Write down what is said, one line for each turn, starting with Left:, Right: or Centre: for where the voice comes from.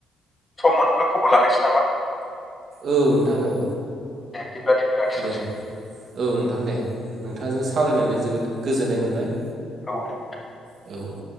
Left: सम मोनोब्ला खबर लानोसै नामा
Right: औ नोंथां औ
Left: दे बिदिब्ला दिनै लाखिथनोसै
Right: दे औ नोंथां दे नोंथांजों सावरायनानै जोबोद गोजोननाय मोनबाय
Left: औ दे नोंथां
Right: औ